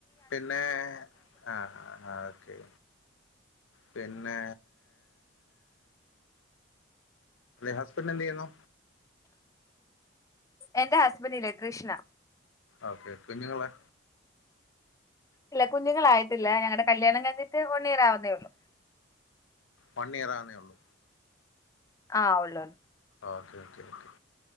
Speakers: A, on the left (about 75°); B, on the left (about 15°).
A: പിന്നെ ആഹ് ആഹ് ആ ഓക്കെ പിന്നെ ഹസ്ബൻഡ് എന്ത് ചെയ്യുന്നു.
B: എന്റെ ഹസ്ബൻഡ് ഇല്ലേ കൃഷ്ണ
A: ഓക്കെ കുഞ്ഞുങ്ങളോ?
B: ഇല്ല കുഞ്ഞുങ്ങളായിട്ടില്ല ഞങ്ങളുടെ കല്യാണം കഴിഞ്ഞിട്ട് വൺ ഇയർ ആവുന്നേ ഉള്ളു.
A: വൺ ഇയർ ആവുന്നേ ഉള്ളൂ
B: ആ ഒള്ളൂ
A: ഓക്കെ ഓക്കെ ഓക്കെ